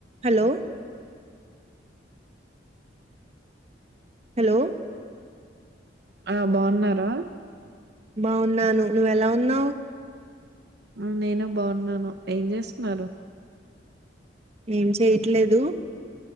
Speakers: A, on the right (about 35°); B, on the right (about 60°).
A: Hello hello
B: ఆ బాగున్నారా?
A: బాగున్నాను. నువ్వెలా ఉన్నావు?
B: ఆ నేను బాగున్నాను. ఏం చేస్తున్నారు?
A: ఏం చెయట్లేదు.